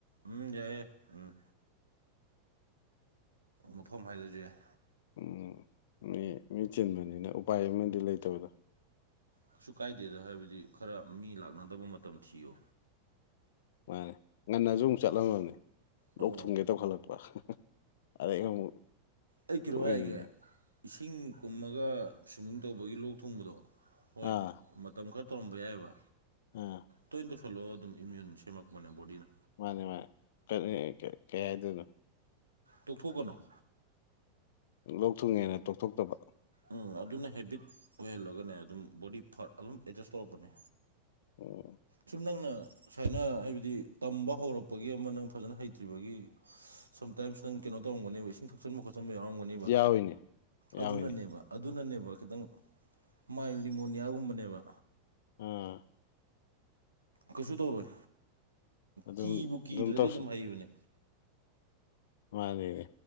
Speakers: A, on the right (about 80°); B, on the left (about 60°).
A: ꯎꯝ ꯌꯥꯏꯌꯦ ꯎꯝ ꯃꯐꯝ ꯍꯥꯏꯗꯁꯨ ꯌꯥꯏ
B: ꯎꯝ ꯃꯤ ꯃꯤ ꯆꯤꯟꯕꯅꯤꯅ ꯎꯄꯥꯏ ꯑꯃꯗꯤ ꯂꯩꯇꯕꯗꯣ
A: ꯀꯩꯁꯨ ꯀꯥꯏꯗꯦꯗ ꯍꯥꯏꯕꯗꯤ ꯈꯔ ꯃꯤ ꯂꯥꯛꯅꯗꯕ ꯃꯇꯝ ꯊꯤꯌꯨ
B: ꯃꯥꯅꯦ ꯉꯟꯅꯖꯨ ꯑꯃꯨꯛ ꯆꯠꯂꯝꯃꯕꯅꯤ
A: ꯑꯣ
B: ꯂꯣꯛ ꯊꯨꯡꯒꯦ ꯇꯧꯈꯠꯂꯛꯄ ꯑꯗꯩ ꯑꯃꯨꯛ
A: ꯑꯩ ꯀꯤꯔꯣ
B: ꯇꯣꯛꯏꯅꯤꯅꯦ
A: ꯍꯥꯏꯒꯦ ꯏꯁꯤꯡ ꯀꯨꯝꯃꯒ ꯁ꯭ꯋꯤꯝꯃꯤꯡ ꯇꯧꯕꯒꯤ ꯂꯣꯛ ꯊꯨꯡꯕꯗꯣ ꯍꯣꯏ
B: ꯑꯥ
A: ꯃꯇꯝ ꯈꯔ ꯇꯧꯔꯝꯕ ꯌꯥꯏꯑꯕ
B: ꯎꯝ
A: ꯇꯣꯏꯅ ꯇꯧꯁꯤꯜꯂꯣ ꯑꯗꯨꯝ ꯏꯃ꯭ꯌꯨꯟ ꯁꯦꯝꯃꯛꯄꯅꯦ ꯕꯣꯗꯤꯅ
B: ꯃꯥꯅꯦ ꯃꯥꯅꯦ ꯀꯩ ꯍꯥꯏꯗꯣꯏꯅꯣ
A: ꯇꯣꯛꯊꯣꯛꯀꯅꯣ
B: ꯂꯣꯛ ꯊꯨꯡꯉꯦꯅ ꯇꯣꯛꯊꯣꯛꯇꯕ
A: ꯎꯝ ꯑꯗꯨꯅ ꯍꯦꯕꯤꯠ ꯑꯣꯏꯍꯜꯂꯒꯅꯦ ꯑꯗꯨꯝ ꯕꯣꯗꯤ ꯐꯛ ꯑꯗꯨꯝ ꯑꯦꯠꯖꯁ ꯇꯧꯔꯛꯄꯅꯦ
B: ꯑꯣ
A: ꯁꯨꯝ ꯅꯪꯅ ꯁꯨꯃꯥꯏꯅ ꯍꯥꯏꯕꯗꯤ ꯇꯝꯕ ꯍꯧꯔꯛꯄꯒꯤ ꯑꯃ ꯅꯪ ꯐꯖꯅ ꯍꯩꯇ꯭ꯔꯤꯕꯒꯤ ꯁꯝꯇꯥꯏꯝꯁ ꯅꯪ ꯀꯩꯅꯣ ꯇꯧꯔꯝꯒꯅꯦꯕ ꯏꯁꯤꯡ ꯊꯛꯆꯟꯕ ꯈꯣꯠꯆꯟꯕ ꯌꯥꯎꯔꯝꯒꯅꯦꯕ
B: ꯌꯥꯎꯏꯅꯦ ꯌꯥꯎꯏꯅꯦ
A: ꯑꯗꯨꯅꯅꯦꯕ ꯑꯗꯨꯅꯅꯦꯕ ꯈꯤꯇꯪ ꯃꯥꯏꯜ ꯂꯤꯃꯣꯅꯤꯌꯥꯒꯨꯝꯕꯅꯦꯕ
B: ꯑꯣ
A: ꯀꯩꯁꯨ ꯇꯧꯔꯣꯏ
B: ꯑꯗꯨꯝ
A: ꯀꯤꯕꯨ ꯀꯤꯗ꯭ꯔꯗꯤ
B: ꯇꯧꯁꯤ
A: ꯑꯗꯨꯝ ꯍꯩꯕꯅꯦ
B: ꯃꯥꯟꯅꯦꯃꯤ